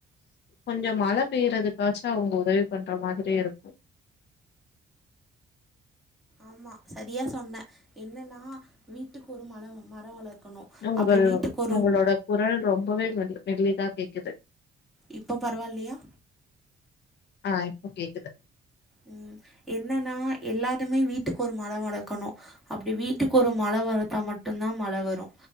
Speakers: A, on the left; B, in the centre.
A: கொஞ்ச மழ பெய்றதுக்காச்சு அவ்ங்க உதவி பண்ற மாதிரி இருக்கு
B: ஆமா சரியா சொன்ன என்னன்னா வீட்டுக்கு ஒரு மல மர வளர்க்கணு
A: உங்கள்
B: அப்டி வீட்டுக்கு ஒரு
A: உங்களோட குரல் ரொம்பவே மெலி மெலிதா கேக்குது
B: இப்ப பரவால்லையா
A: ஆ இப்ப கேக்குது
B: ம் என்னன்னா எல்லாருமே வீட்டுக்கொரு மரோ வளக்கணு அப்டி வீட்டுக்கொரு மழ வளத்தா மட்டுந்தா மழ வரு